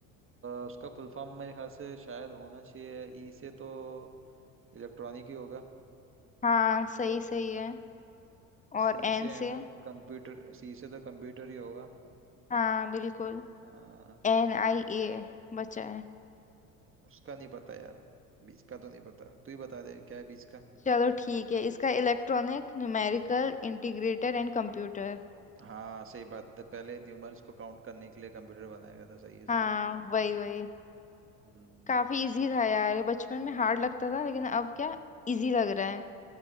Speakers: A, on the right; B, on the left.
A: अ, उसका फुल फॉर्म मेरे ख्याल से शायद होना चाहिए ई से तो इलेक्ट्रॉनिक ही होगा
B: हाँ सही सही है और
A: सी
B: एन
A: से एंड
B: से
A: में कंप्यूटर सी से तो कंप्यूटर ही होगा
B: हाँ बिल्कुल
A: हाँ
B: एन आई ए बचा है
A: उसका नहीं पता यार बीच का तो नहीं पता तू ही बता दे क्या है बीच का।
B: चलो ठीक है इसका electronic numerical integrator and computer
A: हाँ सही बात है पहले न्यूमर्स को काउंट करने के लिए कंप्यूटर बनाया गया था सही है सही
B: हाँ
A: है
B: वही वही
A: हम्म
B: काफी इजी था यार ये बचपन में हार्ड लगता था लेकिन अब क्या इजी लग रहा है